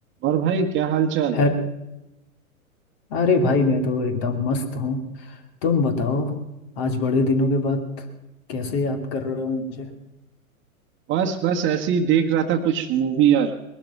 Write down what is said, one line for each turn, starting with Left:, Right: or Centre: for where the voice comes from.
Right: और भाई क्या हाल चाल
Left: है अरे भाई मैं तो एकदम मस्त हूँ तुम बताओ आज बड़े दिनों के बाद कैसे याद कर रहे हो मुझे
Right: बस बस ऐसे ही देख रहा था कुछ मूवी यार